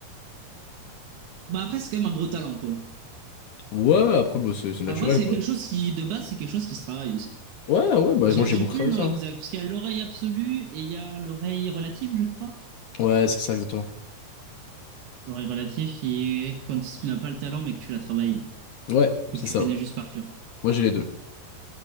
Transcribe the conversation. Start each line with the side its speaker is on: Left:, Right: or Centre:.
Right: Bah après, c'est quand même un gros talent, quoi.
Left: Ouais, après, bah, c'est c'est naturel,
Right: Après, c'est
Left: quoi.
Right: quelque chose qui, de base, c'est quelque chose qui se travaille aussi.
Left: Ouais, ouais, bah,
Right: J'ai
Left: moi, j'ai
Right: j'ai
Left: beaucoup
Right: plus
Left: travaillé
Right: le nom
Left: ça.
Right: exact,
Left: hein.
Right: parce qu'il y a l'oreille absolue et il y a l'oreille relative, je crois.
Left: Ouais, c'est ça, exactement.
Right: L'oreille relative qui est quand tu n'as pas le talent, mais que tu l'as travaillé
Left: Ouais,
Right: et
Left: c'est
Right: que tu
Left: ça.
Right: connais juste par cœur.
Left: Moi, j'ai les deux.